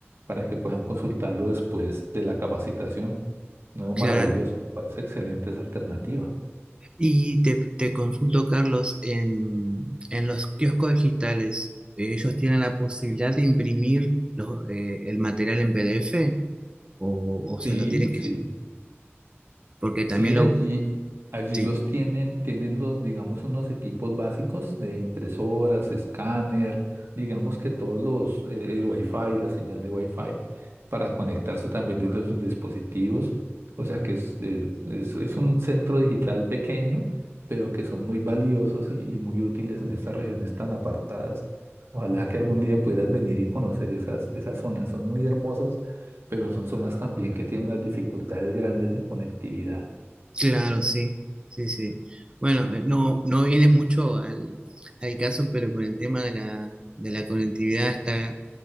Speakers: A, on the right; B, on the right.
A: para que puedan consultarlo después de la capacitación. No,
B: claro,
A: maravilloso, me parece excelente esa alternativa.
B: Y te, te consulto, Carlos, en, en los kioscos digitales, eh, ¿ellos tienen la posibilidad de imprimir los, eh, el material en PDF o, o se
A: Sí,
B: lo tienen que...
A: sí.
B: Porque también
A: Sí,
B: lo...
A: allí, allí
B: Sí,
A: los tienen, tienen los, digamos, unos equipos básicos de impresoras, escáner, digamos que todos los, eh, el Wi-Fi, la señal de Wi-Fi, para conectarse también desde sus dispositivos. O sea que es, es- es- es un centro digital pequeño, pero que son muy valiosos y, y muy útiles en estas regiones tan apartadas. Ojalá que algún día pudieras venir y conocer esas, esas zonas. Son muy hermosas, pero son zonas también que tienen unas dificultades grandes en conectividad.
B: claro, sí, sí, sí. Bueno, eh, no, no viene mucho al, al caso, pero con el tema de la, de la conectividad está